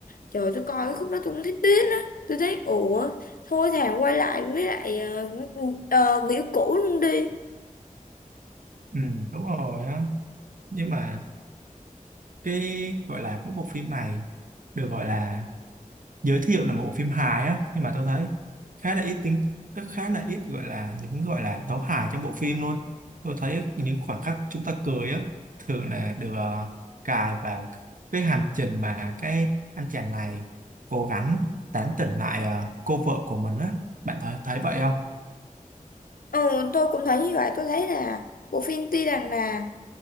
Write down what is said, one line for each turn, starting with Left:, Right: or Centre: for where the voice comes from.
Left: trời ơi, tôi coi cái khúc đó tôi cũng thấy tiếc á tôi thấy ủa thôi thà quay lại với lại ờ, ờ, người yêu cũ luôn đi
Right: ừ, đúng rồi á nhưng mà cái gọi là cái bộ phim này được gọi là giới thiệu là một bộ phim hài á nhưng mà tôi thấy khá là ít tính rất khá là ít gọi là những gọi là tấu hài trong bộ phim luôn tôi thấy những khoảnh khắc chúng ta cười á thường là được ờ, cài vào cái hành trình mà cái anh chàng này cố gắng tán tỉnh lại ờ, cô vợ của mình á bạn thấy thấy vậy không
Left: Ừ, tôi cũng thấy như vậy tôi thấy là bộ phim tuy rằng là